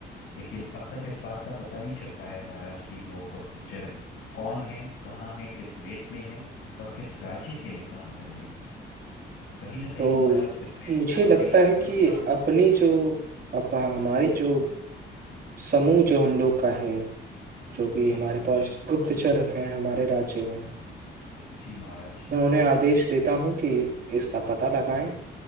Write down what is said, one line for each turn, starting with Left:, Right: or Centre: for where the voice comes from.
Left: लेकिन अब तक इस बात का पता नहीं चल पाया है महाराज कि वो गुप्तचर कौन है कहाँ है किस वेश में है और किस राज्य के लिए काम कर रहे हैं कहीं ना
Right: तो
Left: कहीं महाराज इससे
Right: मुझे
Left: हमारी
Right: लगता है कि
Left: सुरक्षा को
Right: अपनी जो अप हमारी जो समूह जो हम लोग का है जो भी
Left: जी
Right: हमारे
Left: महाराज
Right: पास गुप्तचर हैं हमारे राज्य में
Left: जी महाराज
Right: मैं उन्हें आदेश देता हूँ कि इसका पता लगाएं